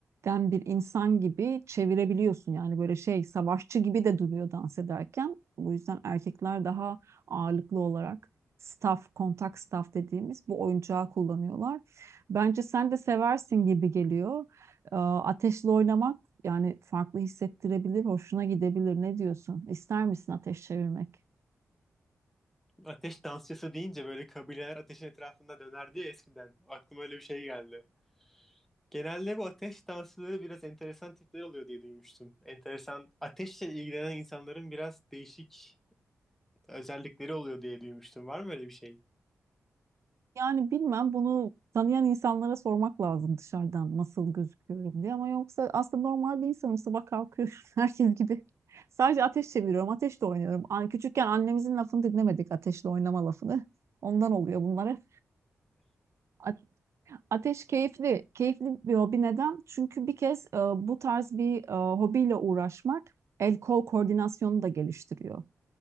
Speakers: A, on the right; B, in the centre.
A: den bir insan gibi çevirebiliyorsun. Yani böyle şey savaşçı gibi de duruyor dans ederken. Bu yüzden erkekler daha ağırlıklı olarak staff, kontak staff dediğimiz bu oyuncağı kullanıyorlar. Bence sen de seversin gibi geliyor. Ee, Ateşle oynamak yani farklı hissettirebilir, hoşuna gidebilir. Ne diyorsun? İster misin ateş çevirmek?
B: Ateş dansçısı deyince böyle kabileler ateşin etrafında dönerdi ya eskiden. Aklıma öyle bir şey geldi. Genelde bu ateş dansçıları biraz enteresan tipler oluyor diye duymuştum. Enteresan, ateşle ilgilenen insanların biraz değişik özellikleri oluyor diye duymuştum. Var mı öyle bir şey?
A: Yani bilmem bunu tanıyan insanlara sormak lazım dışarıdan nasıl gözüküyorum diye ama yoksa aslında normal bir insanım sabah kalkıyorum <laughs> herkes gibi. Sadece ateş çeviriyorum, ateşle oynuyorum. An küçükken annemizin lafını dinlemedik ateşle oynama lafını. Ondan oluyor bunlara. A- Ateş keyifli, keyifli bir hobi neden? Çünkü bir kez e, bu tarz bir e, hobiyle uğraşmak el kol koordinasyonunu da geliştiriyor.